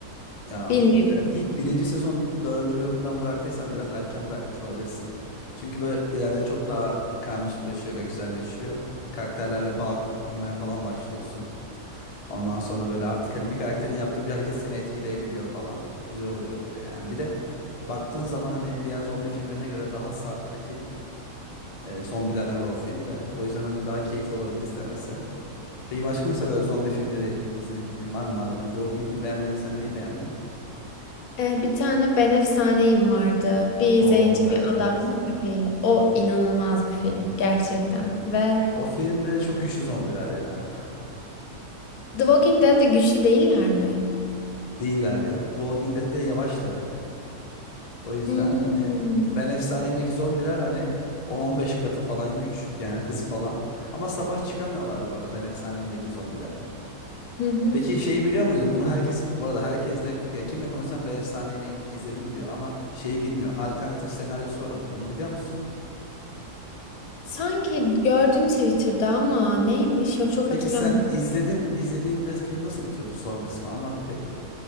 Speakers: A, on the left; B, on the left.
A: Ya
B: Bilmiyorum.
A: ilk birinci sezon dördüncü bölümünden bıraktıysan biraz erken bırakmış olabilirsin. Çünkü böyle ileride çok daha karmaşıklaşıyor ve güzelleşiyor. Karakterlerle bağ kurmaya falan başlıyorsun. Ondan sonra böyle artık hani bir karakterin yaptığı bir hareket seni etkileyebiliyor falan. Güzel oluyor yani. Bir de baktığın zaman hani diğer zombi filmlerine göre daha sakin e, zombiler var o filmde. O yüzden hani daha keyifli olabilir izlemesi. Peki başka mesela böyle zombi filmleri izlediğin var mı? Madem The Walking Dead'i beğenmediysen neyi beğendin?
B: E, bir tane Ben Efsaneyim vardı. Bir
A: O
B: zenci
A: evet
B: bir adam
A: evet.
B: köpeğiyle. O inanılmaz bir film gerçekten ve...
A: O filmde çok güçlü zombiler ya.
B: The Walking Dead'de güçlü değiller mi?
A: <laughs> Değiller ya. The Walking Dead'de yavaşlar hep. O yüzden
B: Hmm.
A: hani Ben Efsanem'deki zombiler hani 10-15 katı falan güç. Yani hız falan. Ama sabah çıkamıyorlar bu arada Ben Efsanem'deki zombiler.
B: Hı hı.
A: Peki şeyi biliyor muydun? Bunu herkes bu arada herkesle ya kimle konuşsam Ben Efsanem'i izledim diyor ama şeyi bilmiyor. Alternatif senaryosu var onun. Onu biliyor musun?
B: Sanki gördüm Twitter'da ama neymiş? Yok çok
A: Peki
B: hatırlamıyorum.
A: sen izledin, izlediğinde film nasıl bitiyordu son kısmı? Anlat bir.